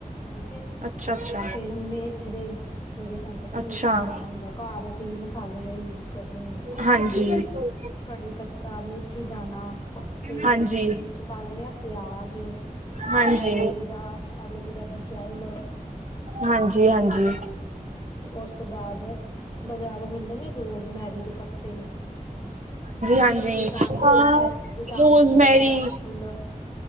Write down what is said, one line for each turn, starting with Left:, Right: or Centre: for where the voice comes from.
Left: ਠੀਕ ਹੈ
Right: ਅੱਛਾ ਅੱਛਾ
Left: ਫੇਰ ਮੇਥਰੇ ਜਿਹੜੇ ਤੁਹਾਨੂੰ ਪਤਾ
Right: ਅੱਛਾ
Left: ਮੇਥੀ ਦਾਣਾ ਹੁੰਦਾ ਘਰ ਅਸੀਂ ਮਸਾਲੇ ਜਿਹੜੇ ਯੂਜ ਕਰਦੇ ਹੁੰਨੇ ਹਾਂ
Right: ਹਾਂਜੀ
Left: ਕੜੀ ਪੱਤਾ ਮੇਥੀ ਦਾਣਾ ਫੇਰ
Right: ਹਾਂਜੀ
Left: ਅਸੀਂ ਉਹਦੇ ਵਿੱਚ ਪਾ ਲੈਂਦੇ ਹਾਂ ਪਿਆਜ਼
Right: ਹਾਂਜੀ
Left: ਐਲੋਵੀਰਾ ਐਲੋਵੀਰਾ ਦੀ ਜੈੱਲ
Right: ਹਾਂਜੀ
Left: ਤੇ
Right: ਹਾਂਜੀ ਹਾਂਜੀ
Left: ਤੇ ਉਸ ਤੋਂ ਬਾਅਦ ਬਾਜ਼ਾਰੋਂ ਮਿਲਦੇ ਨੇ ਰੋਜ਼ਮੈਰੀ ਦੇ ਪੱਤੇ ਠੀਕ
Right: ਹਾਂਜੀ
Left: ਵਿਟਾਮਿਨ-ਵਿਟਾਮਿਨ
Right: ਹਾਂ ਰੋਜ਼ਮੈਰੀ
Left: ਈ ਦੇ ਕੈਪਸੂਲ